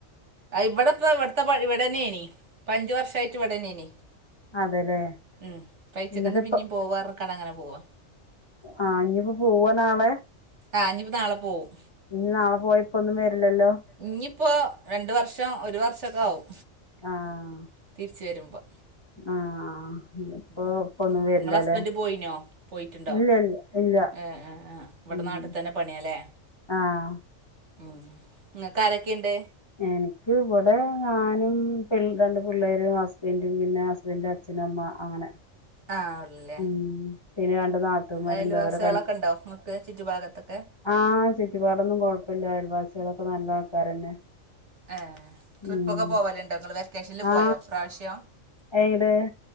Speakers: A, on the right; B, on the left.
A: ആഹ് ഇവടപ്പ ഇവിട്ത്ത പര് ഇവടെന്നേണ് ഇപ്പ അഞ്ച് വർഷായിട്ട് ഇവിടന്നേന്
B: അതെല്ലേ
A: ഉം പൈച്ച്ക്കന്ന്
B: എന്നിട്ട് ഇപ്പ
A: പിന്നീം പോവാർക്കാട് അങ്ങന പോവ
B: ആഹ് ഇഞിപ്പൊ പോവ നാളെ
A: ആഹ് ഇഞിപൊ നാള പോവും
B: ഇനി നാളെ പോയ ഇപ്പൊന്നും വര്ലല്ലൊ
A: ഇഞിപ്പോ രണ്ട് വർഷം ഒരു വർഷക്കാവും
B: ആഹ്
A: തിര്ച്ച് വരുമ്പൊ
B: ആഹ്
A: ഉം
B: ഇപ്പൊ
A: ഉം
B: ഇപ്പൊന്നും വരില്ലല്ലേ
A: ഇങ്ങള ഹസ്ബന്റ പോയീനോ പോയിട്ട്ണ്ടൊ
B: ഇല്ല ഇല്ല ഇല്ല
A: ഏഹ് ആഹ് ആഹ് ഇവട
B: ഉം
A: നാട്ടി തന്നെ പണിയാലെ
B: ആഹ്
A: ഉം ഇങ്ങക്ക് ആരെക്കേണ്ട്
B: എനിക്ക് ഇവടെ ഞാനും പിൾ രണ്ട് പിള്ളാരും ഹസ്ബന്റും പിന്നെ എൻ്റെ അച്ഛനമ്മ അങ്ങനെ
A: ആഹ് ഒള്ള്ല്ലേ
B: ഉം പിന്നെ രണ്ട് നാത്തൂമാരുണ്ട്
A: അയൽവാസികളൊക്കെ
B: അവരെ
A: ഉണ്ടോ നിങ്ങക്ക് ചുറ്റു ഭാഗത്തൊക്കെ
B: ആഹ് ചുറ്റുപാടൊന്നും കൊഴപ്പല്ല അയൽവാസികളൊക്കെ നല്ല ആൾക്കാരന്നെ
A: ഏഹ് ട്രിപ്പൊക്കെ
B: ഉം
A: പോവാലുണ്ടോ ഇങ്ങള് വെക്കേഷനില്
B: ആ
A: പോയോ ഇപ്രാവശ്യം
B: എങ്ങട്